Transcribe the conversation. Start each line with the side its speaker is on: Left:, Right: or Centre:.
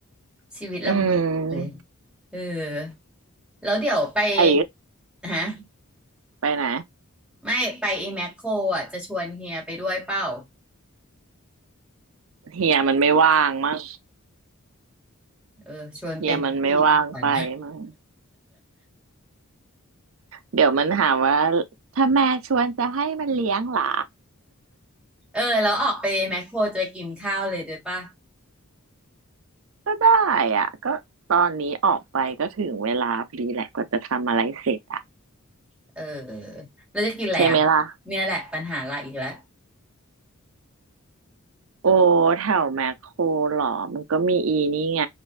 Centre: ชีวิตลำบากเลย
Right: อืม
Centre: เออแล้วเดี๋ยวไป
Right: ไอ้
Centre: ฮะ
Right: ไปไหน
Centre: ไม่ไปไอ้แมคโครอ่ะจะชวนเฮียไปด้วยเปล่า
Right: เฮียมันไม่ว่างมั้ง
Centre: เออชวนเป็นพี่ไปก่อน
Right: เฮียมันไม่ว่างไปมั้งเดี๋ยวมันหาว่าถ้าแม่ชวนจะให้มันเลี้ยงหรอ
Centre: <laughs> เออแล้วออกไปแมคโครจะไปกินข้าวเลยด้วยป่ะ
Right: ก็ได้อ่ะก็ตอนนี้ออกไปก็ถึงเวลาพอดีแหละกว่าจะทำอะไรเสร็จอ่ะ
Centre: เออแล้วจะกินอะไรอ่ะ
Right: ใช่ไหมล่ะ
Centre: เนี่ยแหละปัญหาเราอีกแล้ว
Right: โอ้แถวแมคโครหรอมันก็มีอีนี่ไง